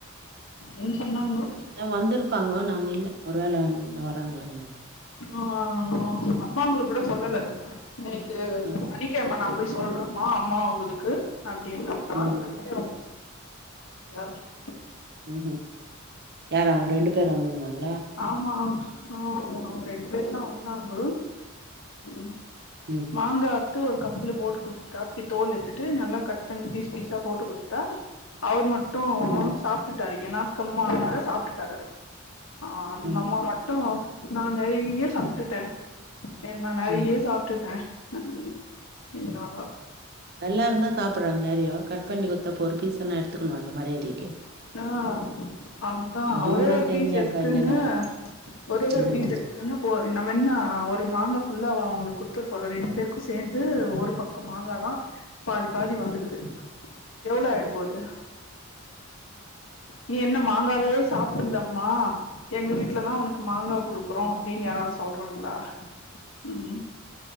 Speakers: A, on the left; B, on the right.
A: என் சொன்னாங்கோ
B: அதா வந்திருப்பாங்கோ நாங்க இல்ல ஒரு வேல என்ன வராங்ளா என்னவோ
A: ஓ ஓ அம்மாவுங்குளுக் கூட சொல்லல நேத்து
B: ம்ஹூ
A: சனிக் கேமா நாப் போய் சொல்றம்மா அம்மா அவுங்குளுக்கு அப்டின்ன
B: ம்
A: <unintelligible> <unintelligible>
B: ம் ம் யாரு அவுங்க ரெண்டு பேரு வந்துந்தாங்
A: ஆமா அவுங் அ அவுங் ரெண்டுப் பேர்தா ஒந்தாங்க ம்
B: ம்ஹூம்
A: மாங்கார்க் த்து ஒரு கப்புல போட்டு குட்த்தாப்பி தோல் எத்துட்டு நல்லாக் கட் பண்ணி பீஸ் பீஸா போட்டு குட்த்தா அவுர் மட்டு
B: ம்
A: சாப்ட்டுட்டாரு எனாத்கம்மால்னாரு சாப்ட்டுட்டாரு ஆ
B: ம்
A: நம்ம மட்டு நா நெறைய்ய சாப்ட்டுட்டே அ நா நெறைய
B: ம்
A: சாப் ட்டுட்டே நன்னி இய்யோ
B: எல்லாருந்தா சாப்பர்றாங் நெறையோ கட் பண்ணி குத்தா போரு பீஸ் எனா எடுத்துக்கணு அந்த மரியாதீக்கி
A: ஆ அதா
B: அதுங்கல்லா
A: ஒரே ஒரு
B: தெரிஞ்சாக்கா
A: பீஸ் எத்குன்னு
B: என்னென்னக்குது
A: ஒரே ஒரு
B: ம்
A: பீஸ் எத் கின்னுபோ நம்ம என்ன ஒரு மாங்கா ஃபுல்லாவா அவங்ளுக் குத்துற போறோ ரெண்டு பேருக்கு சேந்து ஒருப் பக்கம் மாங்காதா பாதி பாதி வந்துகுது எவ்ளோ ஆய்டப்போது நீ என்ன மாங்காவே சாப்பில்லமா எங்க வீட் ட்லதா உனுக்கு மாங்கா குடுக்குறோ அப்டின் யாராவ் சொல்றாங்ளா ம்